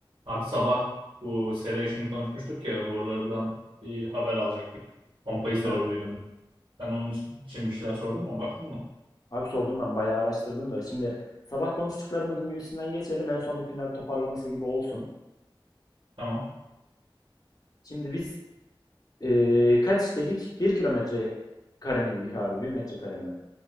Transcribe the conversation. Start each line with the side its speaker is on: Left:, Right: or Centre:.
Right: Abi sabah bu sera işini konuşmuştuk ya borulardan bir haber alacaktık. Pompayı sorduydum.
Left: Evet.
Right: Sen onun için bir şeyler sordun mu? Baktın mı?
Left: Abi sordum ben bayağı araştırdım da. Şimdi sabah konuştuklarımızın bir üstünden geçelim. En son bir final toparlaması gibi olsun.
Right: Tamam.
Left: Şimdi biz eee, kaç dedik? Bir kilometre kare mi dedik abi? Bin metre kare mi?